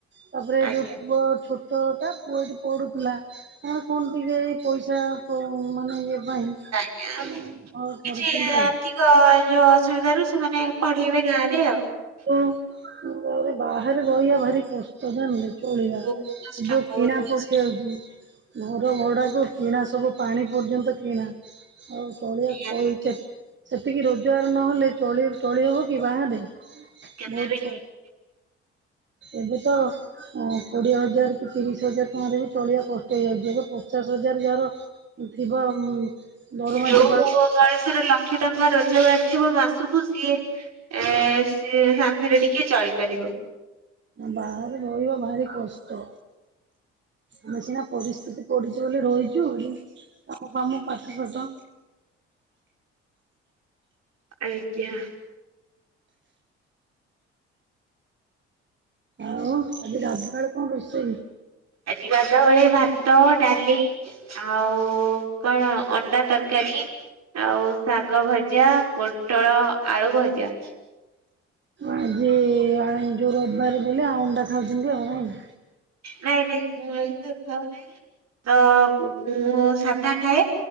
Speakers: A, on the right; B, on the right.
A: ତାପରେ
B: ଆଜ୍ଞା
A: ଯୋଉ ପୁଅ ଛୋ ଛୋଟଟା, ପୁଅ ଏଇଠି ପଡୁଥିଲା କଣ କଣ ଟିକେ ପଇସା କ ମାନେ ଇଏ ପାଇଁ
B: ହ <unintelligible>
A: ଘର ଛାଡୁଛନ୍ତି
B: କିଛି ଆର୍ଥିକ
A: ଆଉ।
B: ଯୋଉ ଅସୁବିଧା ରୁ ସେମାନେ ପଢେଇବେ ଗାଁରେ ଆଉ ହ
A: ମୁଁ ଭାବେ ବାହାରେ ରହିବା ଭାରି କଷ୍ଟ ଜାଣିଲୁ ଚଳିବା
B: ବହୁତ
A: ସବୁ
B: କଷ୍ଟ ବହୁତ
A: କିଣା
B: କଷ୍ଟ
A: ପଡି ଯାଉଛି। ଘର ଭଡ଼ାକୁ କିଣା ସବୁ ପାଣି ପର୍ଯ୍ୟନ୍ତ କିଣା। ଆଉ ଚଳିବାକୁ
B: ନିହାତି
A: ସେତିକି ରୋଜଗାର ନହେଲେ ଚଳି ଚଳିହବ କି ବାହାରେ ବହୁତ
B: କେବେ
A: କ
B: <unintelligible>
A: ଏବେ ତ ଓ କୋଡିଏ ହଜାର କି ତିରିଶ ହଜାର ଟଙ୍କାରେ ବି ଚଳିବା କଷ୍ଟ ହେଇଯାଉଛି ଏବେ ପଚାଶ ହଜାର ଯାହାର ଥିବ ଦରମା
B: ଯୋଉ
A: ଯିଏ ପାଉଥିବ
B: ମଣିଷର ଲକ୍ଷେ ଟଙ୍କା ରୋଜଗାର ଥିବ ମାସକୁ ସିଏ ଏ ସିଏ ଶାନ୍ତିରେ ଟିକିଏ ଚଳିପାରିବ।
A: ବାହାର ରହିବା ଭାରି କଷ୍ଟ। ଆମେ ସିନା ପରିସ୍ଥିତି ପଡିଛି ବୋଲି ରହିଛୁ ବୋଲି ହେଲେ କାମ ଫାମ ପାଠ ଫାଠ
B: ଆଜ୍ଞା
A: ଆଉ ଆଜି ରାତି ବେଳେ କଣ ରୋଷେଇ
B: ଆଜିି ଗାଧୁଆ ବେଳେ ଭାତ ଡାଲି ଆଉ କଣ ଅଣ୍ଡା ତର ତରକାରୀ ଆଉ ଶାଗ ଭଜା ପୋଟଳ ଆଳୁ ଭଜା।
A: ଆଜି ଆ ଯୋ ରବିବାର ବୋଲି ଆଣ୍ଡା ଖାଉଛନ୍ତି ଆଉ ନାଇଁ?
B: ନାଇଁ ନାଇଁ ମୁଁ ଆଇଁଷ ଖାଉ ନାହିଁ ତ ମୁଁ ସାଧା ଖାଏ।